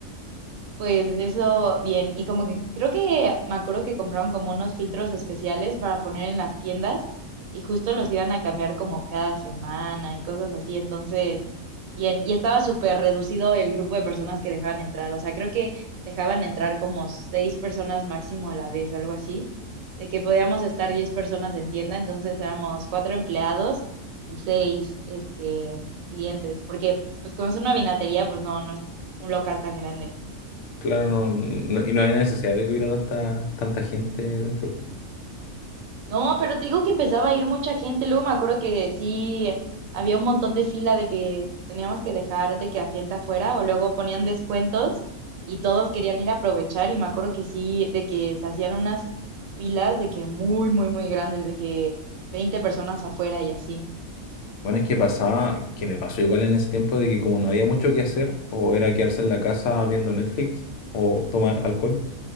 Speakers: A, on the right; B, on the left.
A: pues eso, bien. Y como que creo que me acuerdo que compraron como unos filtros especiales para poner en las tiendas y justo los iban a cambiar como cada semana y cosas así. Entonces, bien. Y estaba súper reducido el grupo de personas que dejaban entrar. O sea, creo que dejaban entrar como seis personas máximo a la vez, algo así. De que podíamos estar diez personas en tienda. Entonces éramos cuatro empleados y seis, este, clientes. Porque, pues como es una vinatería, pues no, no es un local tan grande.
B: Claro, no, no- y no hay necesidad de que hubiera tanta, tanta gente dentro.
A: No, pero te digo que empezaba a ir mucha gente. Luego me acuerdo que sí eh, había un montón de fila de que teníamos que dejar de que a gente afuera o luego ponían descuentos y todos querían ir a aprovechar y me acuerdo que sí, de que se hacían unas filas de que muy, muy, muy grandes, de que 20 personas afuera y así.
B: Bueno, es que pasaba, que me pasó igual en ese tiempo de que como no había mucho que hacer, o era quedarse en la casa viendo Netflix o tomar alcohol,